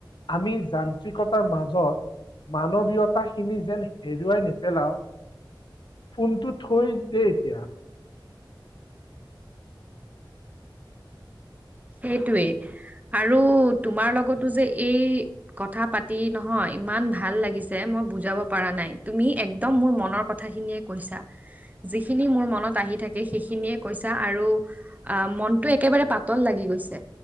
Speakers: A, on the left; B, on the right.
A: আমি যান্ত্ৰিকতাৰ মাজত। মানৱীয়তাখিনি যেন হেৰুৱাই নেপেলাও। ফোনটো থৈ দে এতিয়া।
B: সেইটোৱেই আৰু তোমাৰ লগতো যে এই। কথা পাতি নহয় ইমান ভাল লাগিছে মই বুজাব পাৰা নাই তুমি একদম মোৰ মনৰ কথা। কথাখিনিয়ে কৈছা যিখিনি মোৰ মনত আহি থাকে সেইখিনিয়েই কৈছা আৰু অ। মনটো একেবাৰে পাত। লাগি গৈছে